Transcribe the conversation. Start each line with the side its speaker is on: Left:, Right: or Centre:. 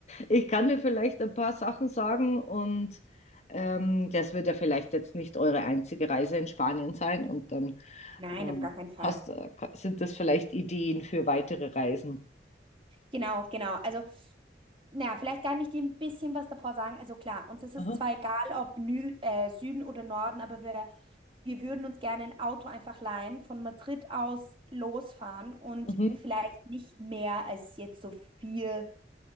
Left: Ich kann dir vielleicht ein paar Sachen sagen und ähm, das wird ja vielleicht jetzt nicht eure einzige Reise in Spanien sein und dann
Right: Nein,
Left: ähm,
Right: auf gar keinen Fall.
Left: hast, äh, sind das vielleicht Ideen für weitere Reisen.
Right: Genau, genau. Also, na, vielleicht kann ich dir ein bisschen was davor sagen. Also klar, uns ist es
Left: Aha.
Right: zwar egal, ob Nü äh, Süden oder Norden, aber wir, wir würden uns gerne ein Auto einfach leihen, von Madrid aus losfahren und
Left: Mhm.
Right: vielleicht nicht mehr als jetzt so vier,